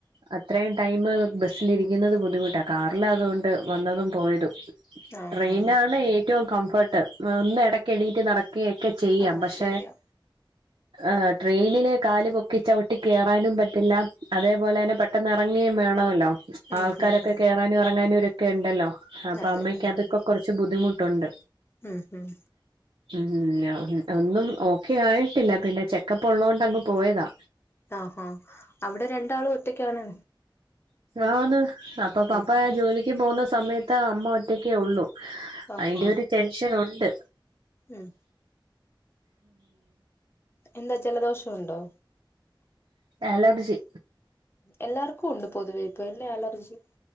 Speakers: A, on the right; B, on the left.
A: അത്രയും ടൈമ് ബസ്സിലിരിക്കുന്നത് ബുദ്ധിമുട്ടാ കാറിലാവുന്നതുകൊണ്ട് വന്നതും പോയതും
B: ആഹാ
A: ട്രെയിനാണ് ഏറ്റവും കംഫർട്ട് ഒന്ന് എടക്ക് എണീറ്റ് നടക്കുകയൊക്കെ ചെയ്യാം
B: ആഹ്
A: പക്ഷെ
B: ശരിയാ
A: ആ ട്രെയിനില് കാല് പൊക്കി ചവിട്ടി കേറാനും പറ്റില്ല അതേപോലെ തന്നെ പെ ട്ടെന്ന് എറങ്ങേയും വേണല്ലോ
B: ഉം
A: ആൾക്കാരൊക്കെ
B: ഉം
A: കേറാനും എറങ്ങാനുംരൊക്കെ ണ്ടല്ലോ അപ്പൊ
B: അതെ
A: അമ്മയ്ക്ക്
B: ഉം
A: അതൊക്കെ
B: ഉം
A: കൊറച്ച് ബുദ്ധിമുട്ടുണ്ട്
B: ഉം ഉം
A: ഉം ഒന്നും ഓക്കെ ആയിട്ടില്ല പിന്നെ ചെക്കപ്പ് ഒള്ളൊണ്ടങ്ങ് പോയതാ
B: ആ ഹാ അവിടെ രണ്ടാളും ഒറ്റക്കാണ്
A: ആ ന്ന് അപ്പോ പപ്പ
B: ഉം ഉം
A: ജോലിക്ക് പോവുന്ന സമയത്ത് അമ്മ ഒറ്റക്കേ ഒള്ളു
B: ആഹാ
A: അയ്ന്റെ ഒരു ടെൻഷനൊണ്ട്
B: ഉം എന്താ ജലദോഷണ്ടോ
A: അലർജി
B: എല്ലാർക്കുംണ്ട് പൊതുവെ ഇപ്പൊ ല്ലേ അലർജി